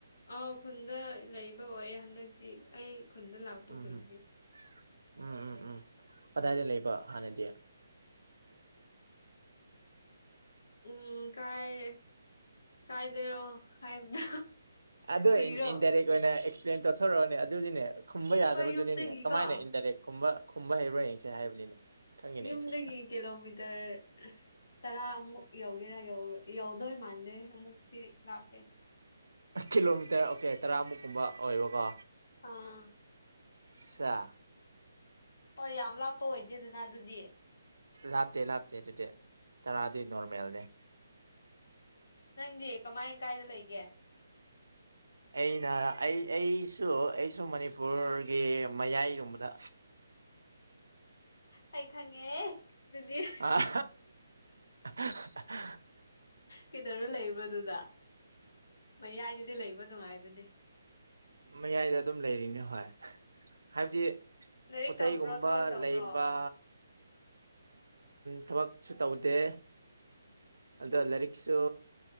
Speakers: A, on the left (about 60°); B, on the right (about 80°).
A: ꯑꯥꯎ ꯈꯨꯟꯗ ꯂꯩꯕ ꯑꯣꯏꯌꯦ ꯍꯟꯗꯛꯇꯤ ꯑꯩ ꯈꯨꯟꯗ ꯂꯥꯛꯄ
B: ꯎꯝ
A: ꯀꯨꯏꯗ꯭ꯔꯤ
B: ꯎꯝ ꯎꯝ ꯎꯝ ꯎꯝ ꯀꯗꯥꯏꯗ ꯂꯩꯕ ꯍꯥꯟꯅꯗꯤ
A: ꯎꯝ ꯀꯥꯏ ꯀꯥꯏꯗꯔꯣ ꯍꯥꯏꯕꯗ
B: ꯑꯗꯨꯗꯣ
A: ꯀꯔꯤꯔꯣ
B: ꯏꯟꯗꯥꯏꯔꯦꯛ ꯑꯣꯏꯅ ꯑꯦꯛꯁꯄ꯭ꯂꯦꯟ ꯇꯧꯊꯣꯔꯛꯑꯣꯅꯦ ꯑꯗꯨꯗꯤꯅꯦ ꯈꯨꯝꯕ
A: ꯑꯩꯈꯣꯏ
B: ꯌꯥꯗꯕꯗꯨꯅꯤꯅꯦꯅꯦ
A: ꯌꯨꯝꯗꯒꯤꯀꯣ
B: ꯀꯃꯥꯏꯅ ꯏꯟꯗꯥꯏꯔꯦꯛ ꯈꯨꯝꯕ ꯈꯨꯝꯕ ꯍꯩꯕ꯭ꯔꯣꯕꯥꯔ ꯌꯦꯡꯁꯦ ꯍꯥꯏꯕꯅꯤꯅꯦ ꯈꯪꯉꯤꯅꯦ
A: ꯌꯨꯝꯗꯒꯤ
B: ꯑꯩꯁꯨ
A: ꯀꯤꯂꯣꯃꯤꯇꯔ ꯇꯔꯥꯃꯨꯛ ꯌꯧꯒꯦꯔ ꯌꯧ ꯌꯧꯗꯣ ꯃꯥꯥꯟꯗꯦ ꯑꯃꯨꯛꯇꯤ ꯂꯥꯛꯄꯦ
B: ꯀꯤꯂꯣꯃꯤꯇꯔ ꯑꯣꯀꯦ ꯇꯔꯥꯃꯨꯛꯀꯨꯝꯕ ꯑꯣꯏꯕꯀꯣ
A: ꯑꯥ
B: ꯁ
A: ꯍꯣꯏ ꯌꯥꯝ ꯂꯥꯞꯄ ꯑꯣꯏꯗꯦꯗꯅ ꯑꯗꯨꯗꯤ
B: ꯂꯥꯞꯇꯦ ꯂꯥꯞꯇꯦ ꯑꯗꯨꯗꯤ ꯇꯔꯥꯗꯤ ꯅꯣꯔꯃꯦꯜꯅꯦ
A: ꯅꯪꯗꯤ ꯀꯃꯥꯏ ꯀꯥꯏꯗ ꯂꯩꯒꯦ
B: ꯑꯩꯅ ꯑꯩ ꯑꯩꯁꯨ ꯑꯩꯁꯨ ꯃꯅꯤꯄꯨꯔꯒꯤ ꯃꯌꯥꯏꯒꯨꯝꯕꯗ
A: ꯑꯩ ꯈꯪꯉꯦ ꯑꯗꯨꯗꯤ
B: ꯑꯥ <unintelligible>
A: ꯀꯩꯗꯧꯔ ꯂꯩꯕ꯭ꯔꯣꯗꯨꯗ ꯃꯌꯥꯏꯗꯗꯤ ꯂꯩꯕ ꯅꯨꯡꯉꯥꯏꯕꯅꯦ
B: ꯃꯌꯥꯏꯗ ꯑꯗꯨꯝ ꯂꯩꯔꯤꯅꯦ ꯍꯣꯏ ꯍꯥꯏꯕꯗꯤ
A: ꯂꯥꯏꯔꯤꯛ
B: ꯄꯣꯠꯆꯩꯒꯨꯝꯕ
A: ꯇꯝꯕ꯭ꯔꯣ ꯊꯕꯛ ꯇꯧꯕ꯭ꯔꯣ
B: ꯂꯩꯕ ꯊꯕꯛꯁꯨ ꯇꯧꯗꯦ ꯑꯗꯣ ꯂꯥꯏꯔꯤꯛꯁꯨ